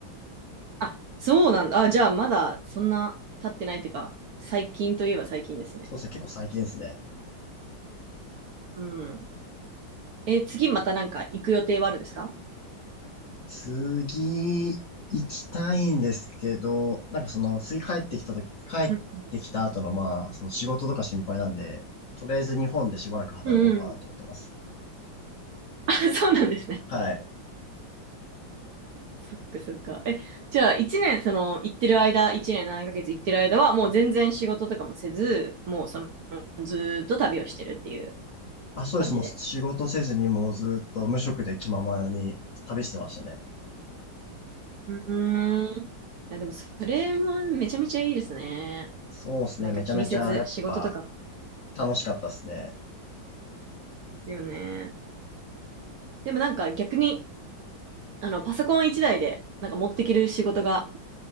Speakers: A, on the right; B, on the left.
A: あ、そうなんだ。あ、じゃあまだそんな経ってないっていうか、最近といえば最近ですね。
B: そうですね。結構最近ですね。
A: うん。え、次またなんか行く予定はあるんですか
B: 次、行きたいんですけど、なんかその、次帰ってきたとき、帰ってきた後の、
A: うん
B: まあ、その仕事とか心配なんで、とりあえず日本でしばらく働こうかなと思ってます。
A: うんうん。<laughs> あ、そうなんですね。
B: はい。
A: そっかそっか。え、じゃあ一年その行ってる間、一年7ヶ月行ってる間はもう全然仕事とかもせず、もうそのずーっと旅をしてるっていう
B: あ、そうです。
A: 感じで。
B: もう仕事せずにもうずっと無職で気ままに旅してましたね。
A: うーん。いやでもそれもめちゃめちゃいいですね。
B: そうですね。
A: なんか気にせず仕事とかもで
B: めちゃめちゃやっぱ楽しかったですね。
A: すよね。でもなんか逆に、あの、パソコン一台で、なんか持ってきる仕事が